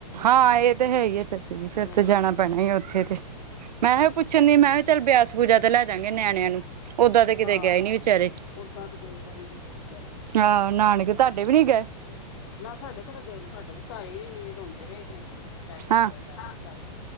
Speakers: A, on the right; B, on the left.
A: ਹਾਂ ਇਹ ਤੇ ਹੈ ਹੀ ਆ ਫਿਰ, ਫੇਰ
B: ਹੋਰ
A: ਤੇ ਜਾਣਾ। ਬਣਨੇ ਉੱਥੇ ਤੇ, ਮੈਂ ਐਹੀ ਪੁੱਛਣ ਦੀ, ਮੈਂ ਵੀ ਚੱਲ, ਬਿਆਸ ਪੂਜਾ ਤੇ ਲੈ ਜਾਵਾਂਗੇ ਨਿਆਣਿਆਂ ਨੂੰ। ਓਦਾਂ ਤੇ ਕਿਤੇ
B: ਹਾਂ,
A: ਗਏ ਨੀ ਵਿਚਾਰੇ
B: ਓਦਾਂ ਤੇ ਗਏ ਕੋਈ ਨੀ ਕਿਤੇ ਵਿਚਾਰੇ।
A: ਆਹੋ, ਨਾਨਕੇ ਤੁਹਾਡੇ ਵੀ ਨੀ ਗਏ।
B: ਨਾ ਸਾਡੇ ਕੇੜਾ ਗਏ ਨੇ, ਸਾਡੇ ਵੀ ਤੇ ਏ ਈ ਰੋਂਦੇ ਰ‌ਏ ਨੇ। ਮੈਂ ਕੇ ਚੱਲ,
A: ਹਾਂ
B: ਲੈ ਕੇ ਚੱਲ,